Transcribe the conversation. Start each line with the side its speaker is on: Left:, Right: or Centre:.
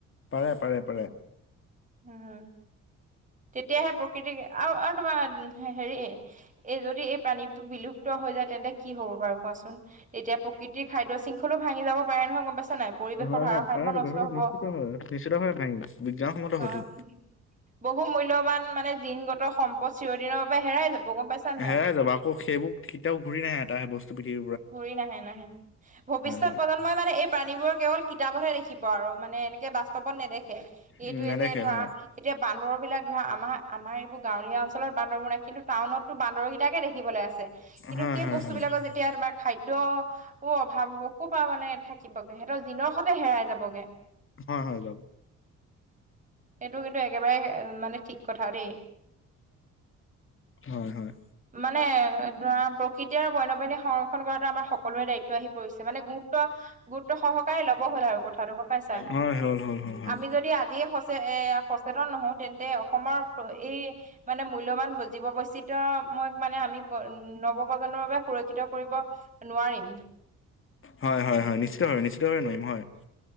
Left: পাৰে পাৰে পাৰে।
Right: উম্ তেতিয়াহে প্ৰকৃতি আৰু, আৰু তোমাৰ হেৰি এই যদি এই প্ৰাণীটো বিলুপ্ত হৈ যায় তেন্তে কি হ'ব বাৰু কোৱাচোন। তেতিয়া প্ৰকৃতিৰ খাদ্য শৃংখলো ভাঙি যাব পাৰে নহয়, গম পাইছা নাই। পৰিৱেশৰ
Left: হয়
Right: ভাৰসাম্য
Left: হয়, পাৰেটো
Right: নষ্ট হব
Left: নিশ্চিত হয়, নিশ্চিত হয় নি বিজ্ঞানসন্মত
Right: হয়।
Left: হয়টো
Right: বহু মূল্যবান মানে জিনগত সম্পদ চিৰদিনৰ বাবে হেৰাই যাব, গম পাইছা। নাই
Left: হেৰাই যাব। আকৌ সেইবোৰ কেতিয়াও ঘূৰি নাহে। এটা সম বস্তু পৃথিৱী
Right: ঘূৰি নাহে নাহে। ভৱিষ্যত
Left: হয়
Right: প্ৰজন্ম মই মানে এই প্ৰাণীবোৰৰ কেৱল কিতাপতহে দেখিব আৰু মানে এনেকে বাস্তৱত নেদেখে। এইতোয়ে
Left: উম নেদেখে
Right: যে ধৰা
Left: হয়
Right: এতিয়া বান্দৰ বিলাক ধৰা আমাৰ আমাৰ এতিয়া বান্দৰবিলাক ধৰা, আমাৰ, আমাৰ এইবোৰ গাঁৱলীয়া অঞ্চলত বান্দৰবোৰ নাই কিন্তু টাউনটতো বান্দৰকেইটাকে দেখিবলৈ আছে। কিন্তু
Left: হয়
Right: সেই
Left: হয়
Right: বস্তু
Left: হয়
Right: বিলাকৰ যেতিয়া তোমাৰ খাদ্যও অভাৱ হ'ব ক'ৰ পৰা মানে থাকিবগে। সিহঁতৰ জিনৰ সতে হেৰাই যাবগে।
Left: হয় হয় যাব।
Right: সেইটো কিন্তু একেবাৰে মানে ঠিক কথা দেই।
Left: হয় হয়।
Right: মানে ধৰা প্ৰকৃতি তেওঁৰ বন্যপ্ৰাণী সংৰক্ষণ কৰাটো আমাৰ সকলোৰে দায়িত্ব আহি পৰিছে। মানে গুৰুত্ব, গুৰুত্ব সহকাৰে ল'ব হ'ল আৰু কথা কথাটো গম পাইছা।
Left: হয় হ'ল হ'ল হ'ল হয়
Right: আমি যদি আজিয়ে সচেত সচেতন নহওঁ তেন্তে অসমৰ এই মানে মূল্যবান জীৱ বৈচিত্ৰময় মানে আমি নৱ-প্ৰ্জন্মৰ বাবে সুৰক্ষিত কৰিব নোৱাৰিম
Left: হয় হয় হয়। নিশ্চিতভাৱে, নিশ্চিতভাৱে নোৱাৰিম। হয়।